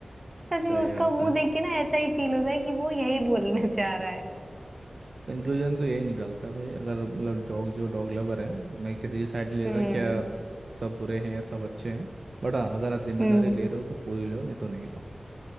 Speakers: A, on the right; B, on the right.
A: सच में
B: सही
A: उसका
B: बात
A: मुंह
B: है
A: देख के ना ऐसा ही फील होता है कि वो यही बोलना चाह रहा है
B: कंक्लूजन तो यही निकलता है भाई अगर मतलब डॉग जो डॉग लवर है मैं किसी की साइड नहीं ले
A: हम्म
B: रहा क्या सब बुरे हैं या सब अच्छे हैं बट हाँ अगर आप जिम्मेदारी
A: हम्म
B: ले रहे हो तो पूरी लो नहीं तो नहीं लो